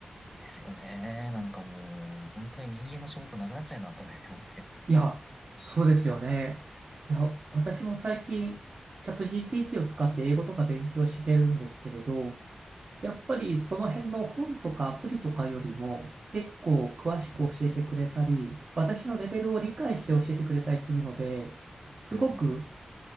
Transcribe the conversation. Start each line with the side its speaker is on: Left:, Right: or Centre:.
Centre: ですよね。なんかもう、本当に人間の仕事なくなっちゃうな、これ、って思って。
Right: いや、そうですよね。いや、私も最近、チャット GPT を使って英語とか勉強してるんですけれど、やっぱりその辺の本とかアプリとかよりも結構詳しく教えてくれたり、私のレベルを理解して教えてくれたりするので、すごく
Centre: うんうんうん。い